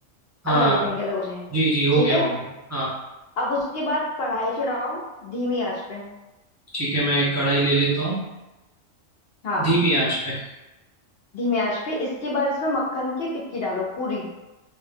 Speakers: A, on the right (about 20°); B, on the left (about 55°).
A: हाँ
B: अलग हो जाएंगे अलग हो जाएंगे
A: जी जी हो
B: ठीक
A: गया
B: है
A: हो गया हाँ
B: अब उसके बाद कढ़ाई चढ़ाओ धीमी आंच पे
A: ठीक है मैं एक कढ़ाई ले लेता हूँ
B: हाँ
A: धीमी आंच पे
B: धीमी आंच पे इसके बाद इसमें मक्खन की टिक्की डालो पूरी